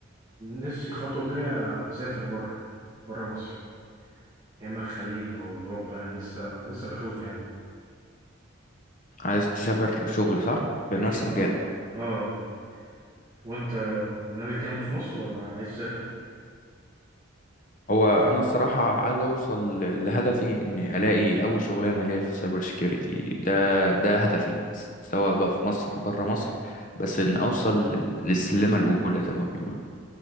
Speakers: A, on the right; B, on the left.
A: نفسي الخطوة الجاية أسافر بره بره مصر يا إما الخليج أو أوروبا يعني لسه لسه بشوف يعني
B: عايز تسافر شغل صح في
A: أكيد
B: نفس مجالك
A: أه أه وأنت ناوي تكمل في مصر ولا عايز تسافر؟
B: هو انا الصراحه عايز اوصل لهدفي اني الاقي اول شغلانه ليا في السايبر سيكيورتي ده ده هدفي سواء بقى في مصر بره مصر بس ان اوصل لل- للسلمه الاولى زي ما بيقولوا